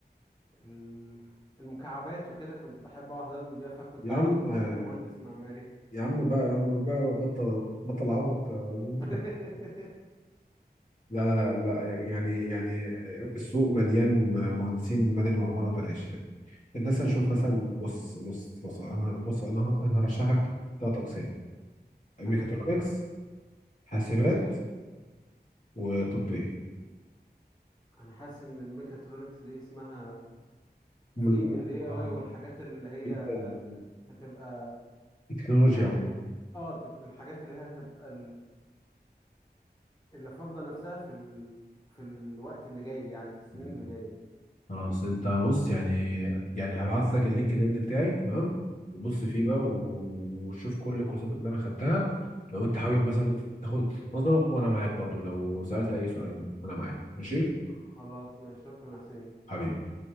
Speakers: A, on the left (about 25°); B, on the left (about 45°).
A: ال- المكعبات وكده كنت بحب اقعد ابني بيها فكنت
B: يا
A: عايز
B: عم
A: اطلع
B: آه،
A: يعني مهندس معماري
B: يا عم بقى يا عم بقى بطل بطل عبط آه،
A: <laughs>
B: لا لا لا لا، يعني يعني السوق مليان مهندسين مدني وعمارة بلاش يعني الناس هنشوف مثلا بص بص بص انا بص انا انا هرشح لك ثلاث اقسام ميكاترونكس
A: تمام
B: حاسبات
A: ماشي
B: وطبية
A: انا حاسس ان الميكاترونكس دي اسمها
B: هم
A: في
B: ال-
A: من الاي
B: اه
A: اي والحاجات اللي هي
B: جدا
A: هتبقى
B: التكنولوجيا
A: يعني الحاجات
B: عموما
A: اه تك- الحاجات اللي هي هتبقى اللي فرضة نفسها في ال... في الوقت اللي جاي يعني في السنين
B: مم.
A: اللي جاية
B: خلاص انت بص يعني يعني هبعت لك اللينكد ان بتاعي تمام وتبص فيه بقى و- وتشوف كل الكورسات اللي انا خدتها لو انت حابب مثلا تاخد نظرة وانا معاك برضو لو سألت اي سؤال انا معاك ماشي
A: خلاص ماشي شكرا يا حسين
B: حبيبي